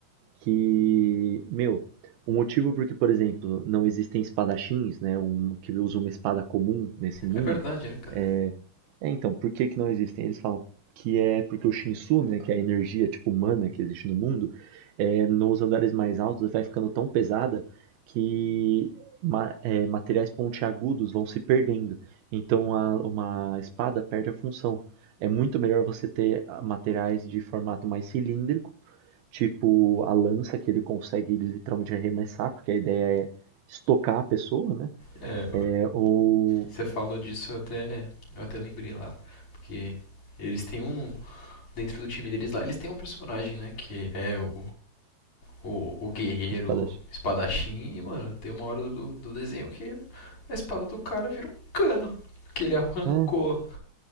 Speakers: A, on the right; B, on the left.
A: que, meu, o motivo porque, por exemplo, não existem espadachins, né, um, que usa uma espada comum nesse mundo,
B: É verdade, né, cara?
A: é, é, então, por que que não existem? Eles falam que é porque o Shinsu, né, que é a energia, tipo, humana que existe no mundo, é, nos andares mais altos vai ficando tão pesada que ma é, materiais pontiagudos vão se perdendo. Então, a, uma espada perde a função. É muito melhor você ter materiais de formato mais cilíndrico, tipo a lança que ele consegue literalmente arremessar, porque a ideia é estocar a pessoa, né?
B: É,
A: É, ou
B: Você falou disso, eu até, eu até lembrei lá. Porque eles têm um. Dentro do time deles lá, eles têm um personagem, né? Que é o, o, o guerreiro
A: o Splash.
B: espadachim. E, mano, tem uma hora do, do desenho que a espada do cara vira um cano. Que ele arrancou
A: É,